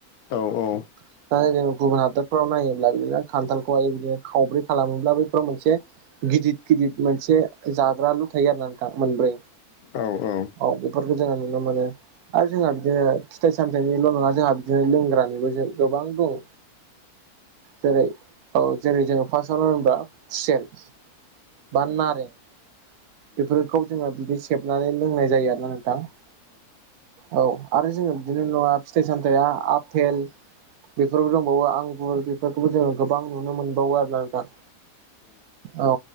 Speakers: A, on the left (about 75°); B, on the right (about 75°).
A: औ औ
B: <unintelligible> जों गुबुन हादोरफोराव नायोब्ला बिदिनो खान्थालखौहाय बिदिनो खावब्रै खालामोब्ला बैफोराव मोनसे गिदिद गिदिद मोनसे जाग्राालु थायो आरो नाोंथां मोनब्रै
A: औ औ
B: माव बेफोरखौ जोङो नुनो मोनो। आरो जोंहा बिदिनो फिथाइ सामथायाइनिल' नङा जोंहा बिदिनो लोंग्रानिबो जों गोबां दं। जेरै औ जेरै जोङो फार्स्टआवनो होनोबा खुसेर <unintelligible> बेफोरखौ जोङो बिदि सेबनानै लोंनाय जायो आरोोना नोंथां। औ आरो जोङो बिदिनो नङा फिथाइ सामथाया आ-आफपेल बेफोरबो दंबावो आंगुर बेफोरखौबो जोङो गोबां नुनो मोनबावो आरो ना नोंथां। औ